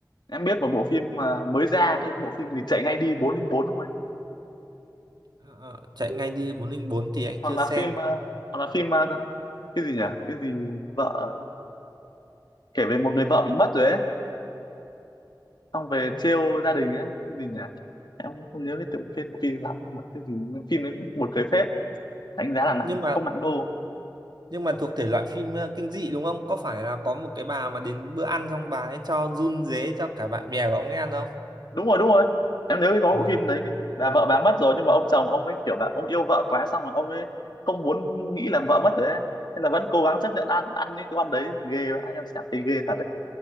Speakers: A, on the left; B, on the right.
A: em biết một bộ phim mà mới ra cái bộ phim gì chạy ngay đi 404 không anh
B: Ờ, ờ, chạy ngay đi bốn linh bốn thì anh
A: hoặc
B: chưa
A: là
B: xem
A: phim ờ, hoặc là phim ờ, cái gì nhỉ cái gì vợ kể về một người vợ bị mất rồi ấy xong về
B: Ừ,
A: trêu gia đình ấy cái gì nhỉ em cũng không nhớ cái tựa phim bộ phim lắm nhưng mà cái gì phim đấy cũng buồn cười phết đánh giá là nặng
B: nhưng mà
A: không nặng đô
B: nhưng mà thuộc thể loại phim ờ, kinh dị đúng không có phải là có một cái bà mà đến bữa ăn xong bà ấy cho run rế cho cả bạn bè của ông ấy ăn không
A: đúng rồi đúng rồi em nhớ cái có
B: Ừ.
A: bộ phim đấy cái bà vợ bà mất rồi nhưng mà ông chồng ông ấy kiểu là ông yêu vợ quá xong rồi ông ấy không muốn nghĩ là vợ mất rồi ấy nên là vẫn cố gắng chấp nhận ăn ăn những cái con đấy ghê vậy. em xem thấy ghê thật